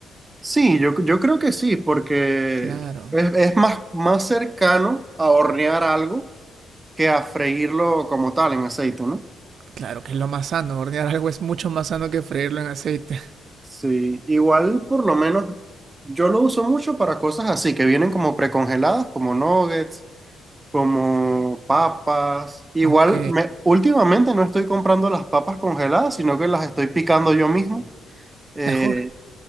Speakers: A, on the right; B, on the right.
A: Sí, yo, yo creo que sí, porque
B: Claro.
A: es, es más, más cercano a hornear algo que a freírlo como tal en aceite, ¿no?
B: Claro que es lo más sano. Hornear algo es mucho más sano que freírlo en aceite. <laughs>
A: Sí, igual por lo menos yo lo uso mucho para cosas así, que vienen como precongeladas, como nuggets, como papas. Igual
B: Ok.
A: me, últimamente no estoy comprando las papas congeladas, sino que las estoy picando yo mismo. Eh,
B: Mejor.